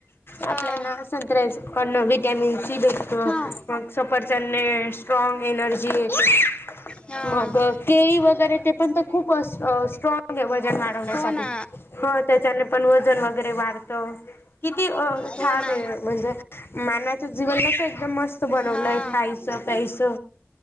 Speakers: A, on the left; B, on the left.
A: आपल्याना
B: हा
A: संत्र्यास करण विटॅमिन सी भेटतो
B: हा हा
A: मग सफरचंदने स्ट्रॉग एनर्जी येते.
B: हा.
A: मग केळी वगैरे ते पण तर खूपस अ स्ट्रॉग आहे वजन वाढवण्यासाठी.
B: हो ना
A: हो त्याच्याने पण वजन वगैरे वाढतं किती अ
B: हो
A: छान
B: ना
A: आहे म्हणजे माणस चा जीवन कसं एकदम मस्त बनवलंय
B: हा
A: खायचं प्यायचं.